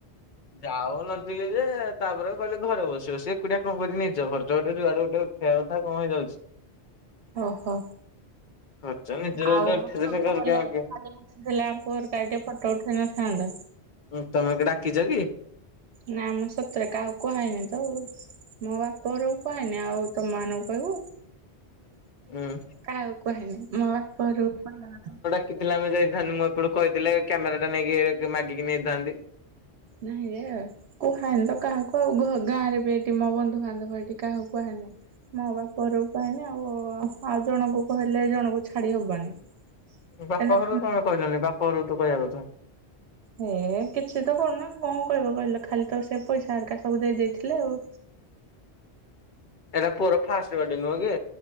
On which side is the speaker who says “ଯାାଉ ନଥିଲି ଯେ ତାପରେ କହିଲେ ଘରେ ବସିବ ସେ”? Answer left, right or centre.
Left